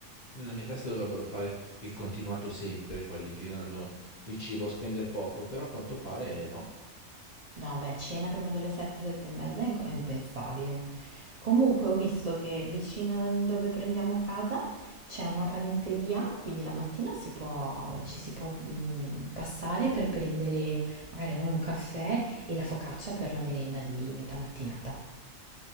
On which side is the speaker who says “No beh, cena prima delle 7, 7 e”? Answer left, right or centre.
Right